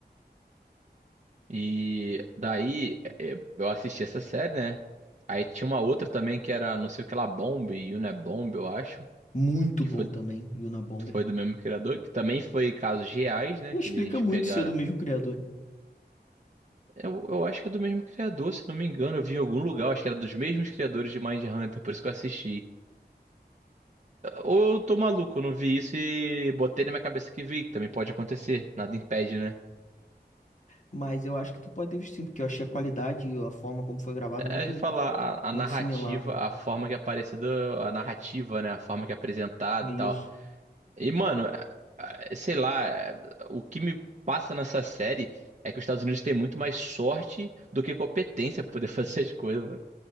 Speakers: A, on the right; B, on the left.
A: E daí é, eu assisti essa série, né? Aí tinha uma outra também que era não sei o que lá, Bomb, Unabomb, eu acho,
B: Muito
A: que
B: bom
A: foi,
B: também, Unabomber.
A: foi do mesmo criador, que também foi casos reais, né,
B: Não
A: que
B: explica
A: eles
B: muito
A: pegaram.
B: ser do mesmo criador, né?
A: Eu, eu acho que é do mesmo criador, se não me engano. Eu vi em algum lugar, acho que era dos mesmos criadores de Mindhunter, por isso que eu assisti. Ou eu tô maluco, eu não vi isso e botei na minha cabeça que vi, que também pode acontecer, nada impede, né?
B: mas eu acho que tu pode ter visto sim, porque eu achei a qualidade e a forma como foi gravado muito,
A: É de falar a, a
B: muito
A: narrativa,
B: similar.
A: a forma que é aparecida, a narrativa, né? A forma que é apresentado
B: E
A: e tal.
B: isso,
A: E, mano, é- é- sei lá, é- o que me passa nessa série é que os Estados Unidos têm muito mais sorte do que competência pra poder <laughs> fazer as coisas, mano.